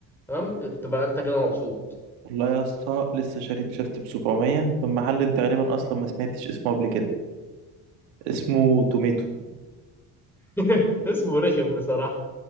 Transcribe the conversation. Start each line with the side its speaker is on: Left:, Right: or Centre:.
Centre: تمام تبقى انت كده مبسوط
Right: والله يا اسطى لسه شاري تيشيرت ب 700 من محل انت غالبا اصلا ما سمعتش اسمه قبل كده اسمه توميتو
Centre: <laughs> اسمه رخم بصراحه